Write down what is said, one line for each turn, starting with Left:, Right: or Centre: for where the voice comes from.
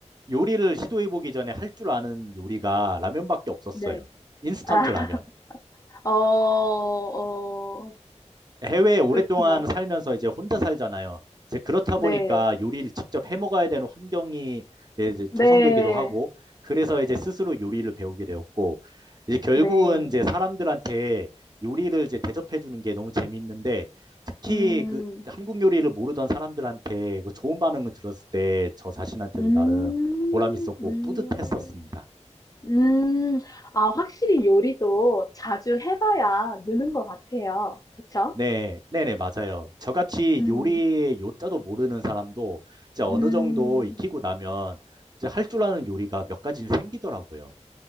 Right: 요리를 시도해보기 전에 할 줄 아는 요리가 라면밖에 없었어요.
Left: 네.
Right: 인스턴트
Left: 아,
Right: 라면.
Left: 어, 어,
Right: 해외에 오랫동안
Left: 그렇구나.
Right: 살면서 이제 혼자 살잖아요. 이제 그렇다 보니까
Left: 네,
Right: 요리를 직접 해 먹어야 되는 환경이 이제
Left: 네,
Right: 조성되기도 하고, 그래서 이제 스스로 요리를 배우게 되었고, 이제 결국은
Left: 네.
Right: 이제 사람들한테 요리를 이제 대접해 주는 게 너무 재밌는데, 특히
Left: 음,
Right: 그 한국 요리를 모르던 사람들한테 그 좋은 반응을 들었을 때 저 자신한테도
Left: 음,
Right: 나름 보람 있었고
Left: 음,
Right: 뿌듯했었습니다.
Left: 음. 아, 확실히 요리도 자주 해봐야 느는 것 같아요. 그쵸?
Right: 네, 네네, 맞아요. 저같이
Left: 음,
Right: 요리의 요자도 모르는 사람도 이제 어느
Left: 음.
Right: 정도 익히고 나면 이제 할 줄 아는 요리가 몇 가지는 생기더라고요.